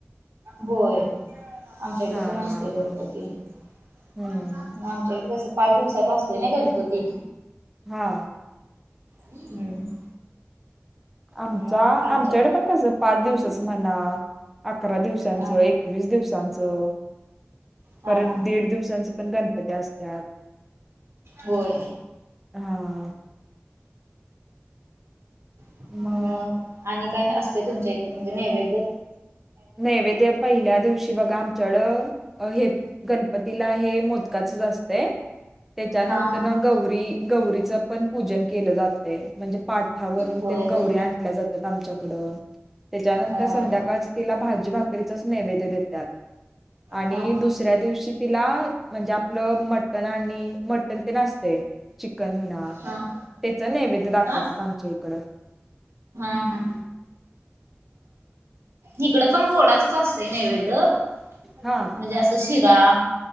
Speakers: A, on the right; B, in the centre.
A: होय आमच्याकडे
B: हा
A: पण असतोय
B: हा हा
A: गणपती
B: हम्म
A: आमच्याकडे कस पाच दिवसाचा असतोय नाय गणपती
B: हा
A: हम्म.
B: आमचा
A: मग आमच्यात
B: आमच्याकडे पण कसं पाच दिवसचा म्हणा- अकरा दिवसांचं
A: हा
B: एकवीस दिवसांचं
A: हा
B: परत
A: हा
B: दीड दिवसांचं पण गणप- ती असत्यात
A: होय
B: हा.
A: अ
B: मग.
A: आणि काय असतय तुमच्या इकडे म्हणजे नैवेद?
B: नैवेद्य पहिल्या दिवशी बघा आमच्याडं- हेत गणपतीला हे मोदकाचच असतय त्याच्यानंतरन
A: हा हा
B: गौरी- गौरीच पण पूजन केलं जात. म्हणजे पाठावरून
A: होय
B: तेन
A: होय
B: गौरी आणल्या जातात आमच्याकडं. त्याच्यानंतर
A: हा
B: संध्याकाळच तिला भाजी भाकरीचच नैवेद्य देत्यात. आणि
A: हा हा
B: दुसऱ्या दिवशी तिला म्हणजे आपलं मटण आणि मटण तेन असतय. चिकन म्हणा
A: हा
B: त्याच नैवेद्य दाखवत्यात
A: हा
B: आमच्या इकड.
A: हम हा. इकड पण गोडाचच असतय नैवेद म्हणजे
B: हा
A: अस शि- शिरा.